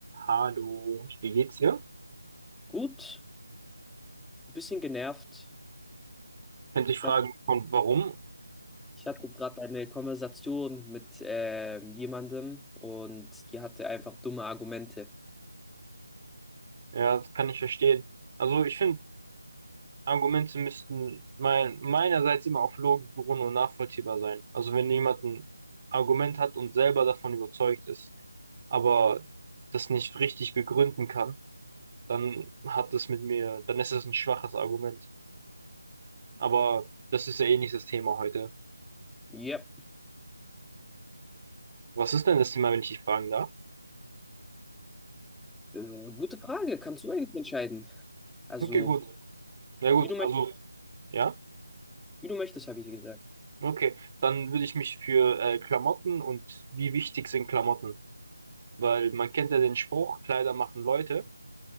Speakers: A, on the right (about 30°); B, in the centre.
A: Hallo, wie geht's dir?
B: Gut, ein bisschen genervt.
A: Könnte ich
B: Ich
A: fragen,
B: hat,
A: von warum?
B: ich hatte gerade eine Konversation mit ähm, jemandem und die hatte einfach dumme Argumente.
A: Ja, das kann ich verstehen. Also ich finde, Argumente müssten mein, meinerseits immer auf Logik beruhen und nachvollziehbar sein. Also wenn jemand ein Argument hat und selber davon überzeugt ist, aber das nicht richtig begründen kann, dann hat das mit mir, dann ist das ein schwaches Argument. Aber das ist ja eh nicht das Thema heute.
B: Ja,
A: Was ist denn das Thema, wenn ich dich fragen darf?
B: äh, gute Frage. Kannst du eigentlich entscheiden? Also,
A: Okay, gut. Na gut,
B: wie du, möcht-
A: also, ja.
B: wie du möchtest, habe ich dir gesagt.
A: Okay, dann würde ich mich für äh, Klamotten und wie wichtig sind Klamotten? Weil man kennt ja den Spruch, Kleider machen Leute.